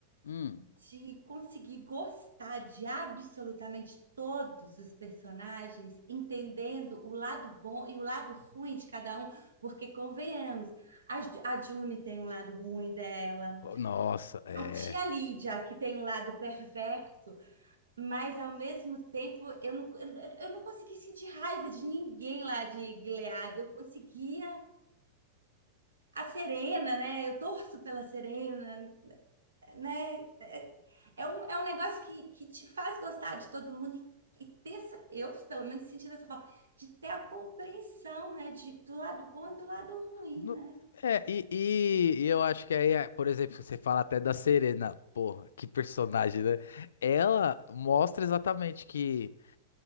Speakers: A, on the left; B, on the right.
A: Hum.
B: de conseguir gostar de absolutamente todos os personagens, entendendo o lado bom e o lado ruim de cada um, porque convenhamos, a, Ju- a June tem um lado ruim dela,
A: Nossa, é.
B: a tia Lídia, que tem um lado perverso, mas ao mesmo tempo eu não, eu, não eu não consegui sentir raiva de ninguém lá de Gilead, eu conseguia. A Serena, né? Eu torço pela Serena, né? É um, é um negócio que, que te faz gostar de todo mundo e, e ter, essa- eu pelo menos senti dessa forma, de ter a compreensão, né, de, do lado bom e do lado ruim,
A: No-
B: né?
A: É, e, e- e eu acho que aí, é, por exemplo, você fala até da Serena, porra, que personagem, né? Ela mostra exatamente que